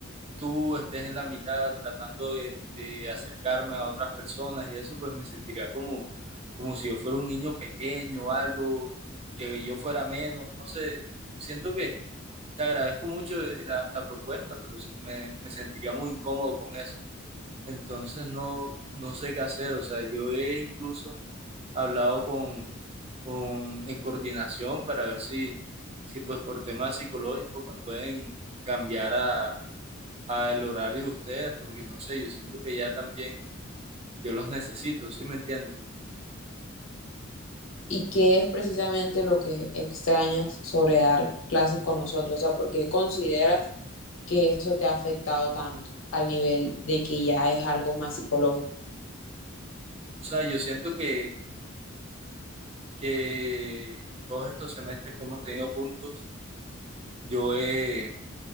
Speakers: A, on the right (about 30°); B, on the left (about 65°).
A: tú estés en la mitad tratando de, de acercarme a otras personas y eso, pues me sentiría como, como si yo fuera un niño pequeño o algo, que yo fuera menos, no sé, siento que te agradezco mucho eh, la, la propuesta, pero me, me sentiría muy incómodo con eso. Entonces no, no sé qué hacer, o sea, yo he incluso hablado con, con, en coordinación para ver si, si pues por temas psicológicos me pueden cambiar a, al horario de ustedes, porque no sé, yo siento que ya también yo los necesito, ¿sí me entiendes?
B: ¿Y qué es precisamente lo que extrañas sobre dar clases con nosotros? O sea, ¿por qué consideras que eso te ha afectado tanto al nivel de que ya es algo más psicológico?
A: O sea, yo siento que, que todos estos semestres que hemos tenido juntos, yo he,